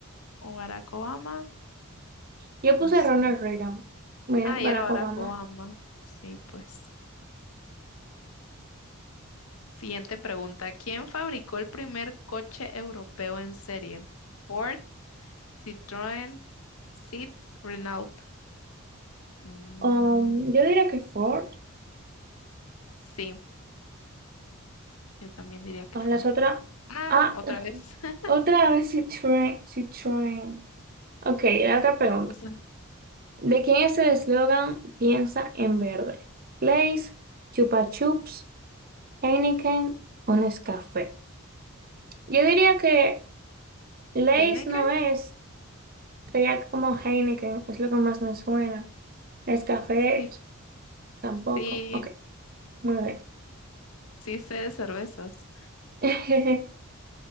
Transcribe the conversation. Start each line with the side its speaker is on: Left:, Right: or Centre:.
Left: o Barack Obama.
Right: Yo
Left: No
Right: puse
Left: sé.
Right: Ronald Reagan. Mira,
Left: Ah,
Right: Barack
Left: y era Barack
Right: Obama.
Left: Obama. Sí, pues. Siguiente pregunta. ¿Quién fabricó el primer coche europeo en serie? Ford, Citroën, Seat, Renault. Mm,
Right: Um, yo diría que Ford.
Left: sí, yo también diría que
Right: Ah,
Left: Ford.
Right: Las otras.
Left: Ah,
Right: Ah,
Left: otra
Right: <laughs>
Left: vez. <laughs>
Right: otra vez Citroën. Citroën. Ok, la otra pregunta.
Left: O sea,
Right: ¿De quién es el eslogan Piensa en verde? Lays, Chupa Chups, Heineken o Nescafé. Yo diría que Lays
Left: Heineken.
Right: no es. Sería como Heineken, es lo que más me suena. Nescafé
Left: Sí,
Right: tampoco.
Left: sí,
Right: Ok, muy
Left: sí sé de cervezas.
Right: bien.